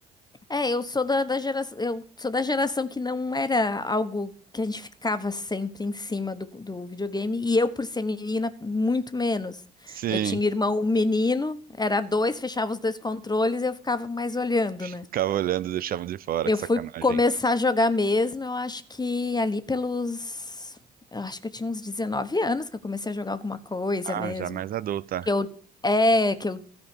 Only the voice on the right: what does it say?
Sim.
Ficava olhando, e deixava de fora,
que sacanagem.
Ah,
já mais adulta.